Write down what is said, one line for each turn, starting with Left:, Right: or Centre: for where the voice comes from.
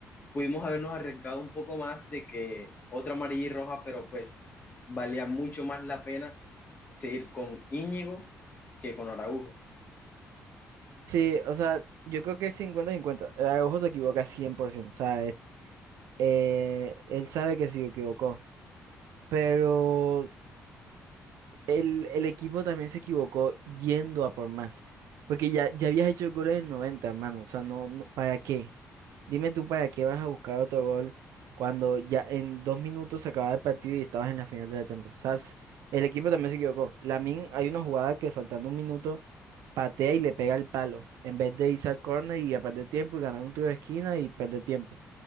Left: pudimos habernos arriesgado un poco más de que otra amarilla y roja, pero pues valía mucho más la pena seguir con Íñigo que con Araujo,
Right: Sí, o sea, yo creo que es cincuenta 50 Araujo se equivoca 100%. O sea, es- eh, él sabe que se equivocó, pero el, el equipo también se equivocó yendo a por más. Porque ya, ya habías hecho el gol en el 90, hermano. O sea, no, no, ¿para qué? Dime tú, ¿para qué vas a buscar otro gol cuando ya en dos minutos se acababa el partido y estabas en la final de la Champions? O sea, s- el equipo también se equivocó. Lamin, hay una jugada que faltando un minuto patea y le pega el palo. En vez de irse al córner y a perder tiempo y ganar un tiro de esquina y perder tiempo. O